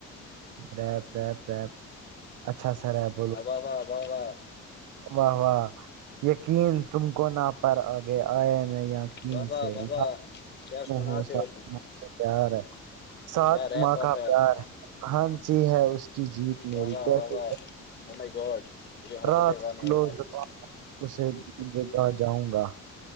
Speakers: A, on the right; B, on the left.
A: rape rape ری اچھا سا ریب
B: اباب آبابا
A: واہ واہ یقین تم کو نہ پر آئے میں اں کیین
B: واہ واہ
A: سے
B: واہ
A: ل
B: واہ کیا سناتے
A: ہوں
B: ہو تم
A: پار ہے ساتھ
B: کیا ریپ
A: ماں
B: آتا
A: کا پیار
B: آپ کو
A: ہے ہنسی ہے اس کی جیت میری
B: واہ واہ
A: کیسے
B: واہ واہ او مائی گاڈ مجھے ہارٹ
A: رات
B: اٹیک آنے
A: کلوز
B: والا ہے
A: اسے جگہ جاؤں گا